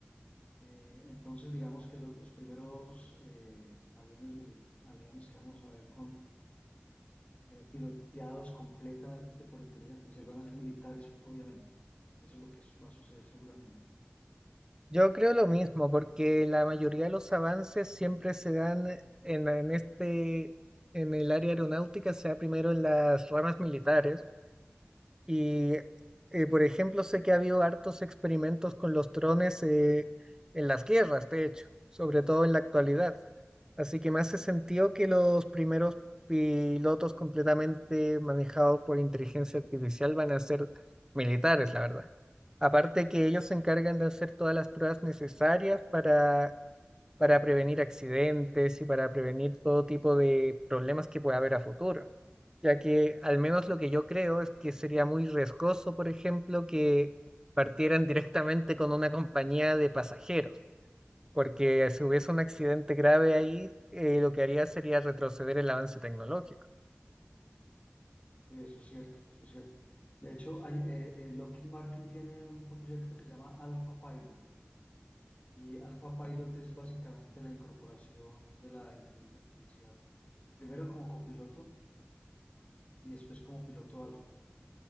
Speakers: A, on the left (about 35°); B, on the right (about 15°).
A: Eh, entonces, digamos que lo- los primeros eh, aviones, mili- aviones que vamos a ver con, eh, piloteados completamente por inteligencia artificial van a ser militares, obviamente. Eso es lo que va a suceder seguramente.
B: Yo creo lo mismo, porque la mayoría de los avances siempre se dan en, en este, en el área aeronáutica, sea primero en las ramas militares Y, eh, por ejemplo, sé que ha habido hartos experimentos con los drones eh, en las guerras, de hecho, sobre todo en la actualidad. Así que me hace sentido que los primeros pilotos completamente manejados por inteligencia artificial van a ser militares, la verdad. Aparte que ellos se encargan de hacer todas las pruebas necesarias para, para prevenir accidentes y para prevenir todo tipo de problemas que pueda haber a futuro ya que al menos lo que yo creo es que sería muy riesgoso, por ejemplo, que partieran directamente con una compañía de pasajeros, porque si hubiese un accidente grave ahí, eh, lo que haría sería retroceder el avance tecnológico.
A: Sí, eso es cierto, eso es cierto. De hecho, hay, eh, eh, Lockheed Martin tiene un proyecto que se llama Alpha Pilot. Y Alpha Pilot es básicamente la incorporación de la inteligencia artificial, primero como copiloto y después como piloto alfa.